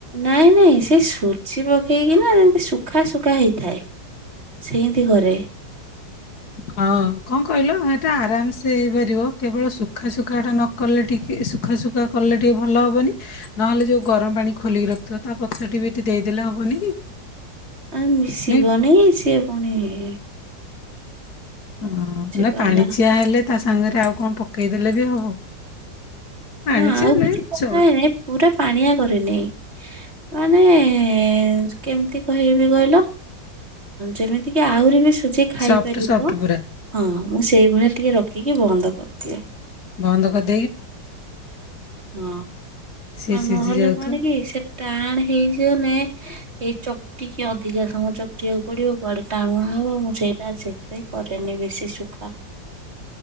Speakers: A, on the right (about 35°); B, on the left (about 55°).
A: ନାଇଁ ନାଇଁ ସେ ସୁଜି ପକେଇକି ନା ନା ଏମିତି ଶୁଖା ଶୁଖା ହେଇଥାଏ। ସେଇତି କରେ
B: ଆଉ। ହଁ କଣ କହିଲ ହେଟା ଆରାମସେ ହେଇପାରିବ କେବଳ ସୁଖା ସୁଖା ଟା ନକଲେ ଟିକେ ସୁଖା ସୁଖା କଲେ ଟିକେ ଭଲ ହବନି ନହେଲେ ଯୋଉ ଗରମ ପାଣି ଖୋଲିକି ରଖିଥିବ ତା ପଛ ଟ ବିି ଦେଇଦେଲେ ହବନି କି?
A: ଆ ମିଶିବନି
B: ନାଇଁ
A: ସିଏ ଫୁଣି ଇ
B: ହଁ ନା
A: ପାଲା
B: ପାଣିଚିଆ ହେଲେ ତା ସାଙ୍ଗରେ ଆଉ କଣ ପକେଇଦେଲେ ବି ହବ। ପାଣିଚିଆ
A: ନା ଆଉ
B: ନୁହେଁ
A: କିଛି କଥା
B: ସ
A: ହେଇନି ପୁରା ପାଣିଆ କରିନି ମାନେ ଏଁ ଏଁ କେମିତି ହେଇବି କହିଲ ଯେମିତି କି ଆହୁରି ବି ଖାଇପାରିବ
B: ସଫ୍ଟ ସଫ୍ଟ ପୁରା
A: ହଁ ମୁଁ ସେଇ ଭଳିଆ ଟିକେ କି କି ବନ୍ଦ କରିଦିଏ।
B: ବନ୍ଦ କରି
A: ହଁ
B: ସିଏ
A: ଆଉ
B: ସିଝି
A: ନହେଲେ
B: ଯାଉଥିବ
A: କଣ କି ସେ ଟାଣ ହେଇଯିବନ ଏଇ ଚକଟିକି ଅଧିକା ସମ ଚକ କୁଟିବାକୁ ପଡିବ କୁଆଡେ ଟାଣୁଆ ହବ ମୁଁ ସେଇଟା ସେଥିପାଇଁ କରେନି ବେଶୀ ସୁଖା।